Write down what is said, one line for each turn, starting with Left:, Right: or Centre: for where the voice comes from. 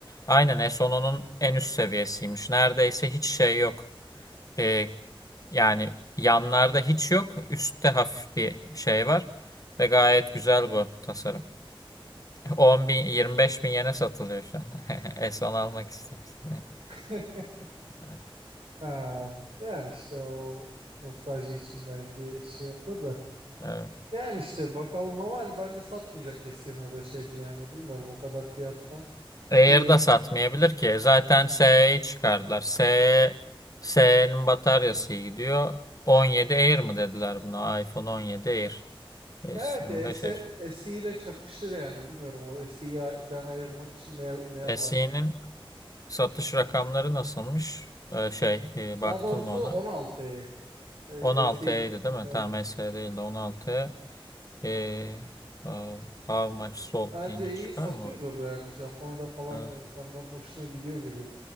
Left: Aynen S10'un en üst seviyesiymiş. Neredeyse hiç şey yok. Ee, yani yanlarda hiç yok. Üstte hafif bir şey var. Ve gayet güzel bu tasarım. <laughs> On bin, yirmi beş bin yene satılıyor şu an. <laughs> S10 almak istersin. Evet.
Right: <laughs>
Left: Evet.
Right: Ha, yani işte o nostalji için belki şey yapılır da.
Left: evet.
Right: Yani işte bakalım ama hani bence satmayacak S25'eci yani bilmiyorum o kadar fiyattan
Left: Air
Right: ki.
Left: da satmayabilir ki. Zaten SE'yi çıkardılar. SE, SE'nin bataryası iyi gidiyor. 17 Air mı dediler buna? iPhone 17 Air.
Right: Evet
Left: S25
Right: S,
Left: Air.
Right: SE ile çakışır yani bilmiyorum o SE'den ayırmak için ne, ne yaparlar.
Left: SE'nin satış rakamları nasılmış? Ee, şey, e, baktın
Right: Daha doğrusu
Left: mı ona?
Right: 16'yı e,
Left: 16E'ydi
Right: SE'nin
Left: değil mi?
Right: e,
Left: Tamam SE değil de 16E. Ee, how how much sold
Right: bence
Left: deyince
Right: iyi
Left: çıkar
Right: satıyordur
Left: mı? bu?
Right: yani Japonya'da falan
Left: Ee,
Right: da insanların hoşuna gidiyor gibi.